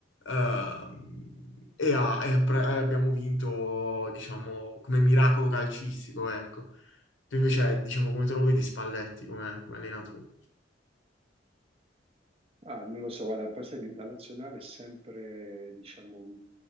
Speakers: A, on the left (about 75°); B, on the right (about 30°).
A: ehm, e, ha- e ha pre- e abbiamo vinto, diciamo, come miracolo calcistico, ecco. Tu invece, diciamo, come te lo vedi Spalletti come, come allenatore?
B: Ah, non lo so, guarda, poi sai, la nazionale è sempre, diciamo, un,